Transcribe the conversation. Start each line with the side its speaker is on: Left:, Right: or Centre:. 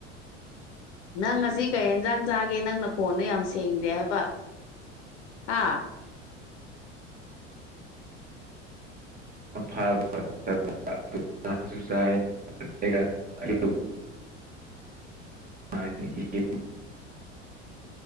Left: ꯅꯪ ꯑꯁꯤ ꯑꯁꯤ ꯀꯩ ꯏꯟꯖꯥꯡ ꯆꯥꯒꯦ ꯅꯪꯅ ꯈꯣꯟꯗꯣ ꯌꯥꯝ ꯁꯦꯡꯗꯦ ꯍꯥꯏꯕ ꯍꯥꯥ
Right: ꯐꯁ ꯍꯥꯏꯣ ꯑꯩꯈꯣꯏ